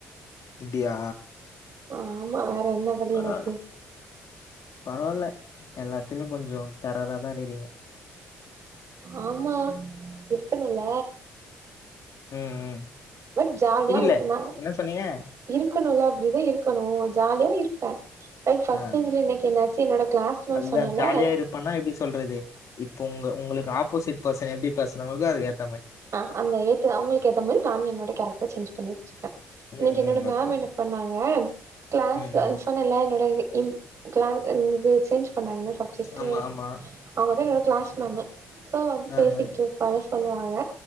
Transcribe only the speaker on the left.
அப்டியா
பரவால்
பரவால்ல எல்லாத்லியு கொஞ்சோ டெரரா தா இருகுறீங்க
ம் ம்
புரியல.
என்ன சொன்னீங்க?
ஆ,
அதுதான்
ஜாலியா இருப்பேன்னா எப்டி சொல்றது? இப்போ உங்க உங்களுக்கு ஆப்போசிட் பர்சன் எப்டி பேசுறாங்களுக்கு அதுக் ஏத்
ம்,
ம்.
ஓகே.
ம், ம்.
ஆமா, ஆமா.
அ, அ.